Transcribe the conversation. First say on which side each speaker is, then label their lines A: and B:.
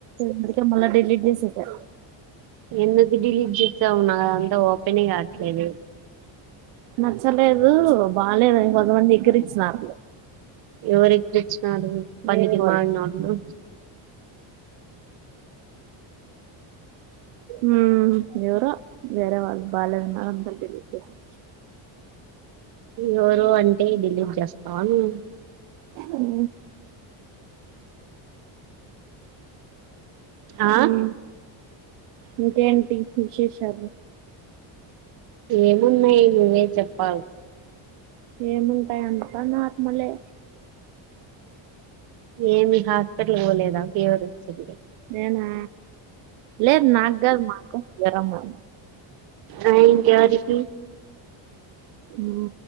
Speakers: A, on the right (about 80°); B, on the right (about 50°).
A: అందుకే మల్ల డిలీట్ చేసేసా
B: ఎందుకు డిలీట్ చేసావు నా దాంట్ల ఓపెనే గాట్లేదు
A: నచ్చలేదు బాలేదు కొంతమంది ఎక్కరిచ్చినారు
B: ఎవరి ఎక్రిచ్చినారు పనికి
A: వేరే వాళ్ళు
B: మాలినోళ్ళు
A: ఉ ఎవరో వేరే వాళ్ళు బాలేదు ఉన్నారు అందుకే డిలీట్ చేశాను
B: ఎవరో అంటే డిలీట్ చేస్తావా నువ్వు
A: ఉ
B: ఆ
A: ఉ ఇంకెంటి విశేషాలు
B: ఏమున్నయి నువ్వే చెప్పాలి
A: ఏముంటయి అంతా నార్మలే
B: ఏమి హాస్పిటల్ కి పోలేదా ఫీవర్ వచ్చింది
A: నీనా లేదు నాగాదు మా అక్కకి జరము
B: ఆ ఇంకెవరికి
A: ఉ